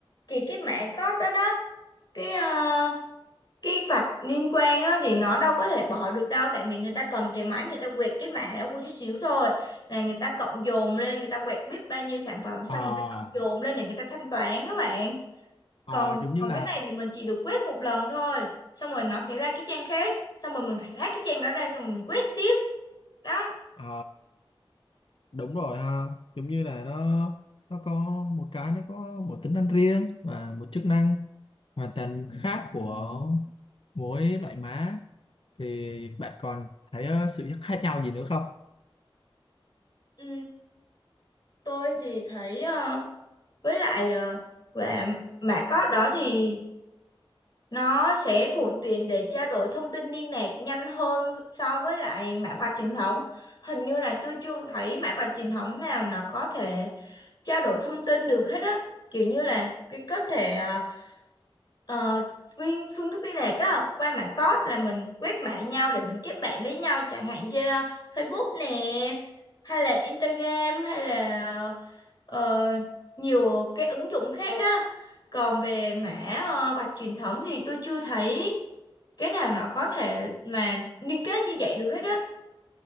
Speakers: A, on the left; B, on the left.
A: thì cái mã code đó đó cái ờ, cái vạch liên quan á thì nó đâu có thể bỏ được đâu tại vì người ta cầm cái máy người ta quẹt cái mã đó một chút xíu thôi là người ta cộng dồn lên người ta quẹt biết bao nhiêu sản phẩm xong
B: ờ
A: người ta cộng dồn lên để người ta thanh toán các bạn
B: ờ,
A: còn
B: giống như
A: còn
B: là
A: cái này thì mình chỉ được quét một lần thôi xong rồi nó sẽ ra cái trang khác xong rồi mình phải hack cái trang đó ra xong rồi mình quét tiếp đó
B: ờ đúng rồi ha giống như là nó nó có một cái nó có một tính năng riêng và một chức năng hoàn toàn khác của mỗi loại má thì bạn còn thấy ờ, sự khác nhau gì nữa không
A: ừ, tôi thì thấy ờ, với lại ờ, và mã code đó thì nó sẽ thuận tiện để trao đổi thông tin liên lạc nhanh hơn so với lại mã vạch truyền thống hình như là tôi chưa thấy mã vạch truyền thống nào nó có thể trao đổi thông tin được hết á kiểu như là cái có thể ờ, Ờ, phương, phương thức liên lạc á, qua mã code là mình quét mã nhau để mình kết bạn với nhau chẳng hạn trên ờ, Facebook nè hay là Instagram hay là ờ, nhiều cái ứng dụng khác á còn về mã ờ, vạch truyền thống thì tôi chưa thấy cái nào nó có thể mà liên kết như vậy được hết á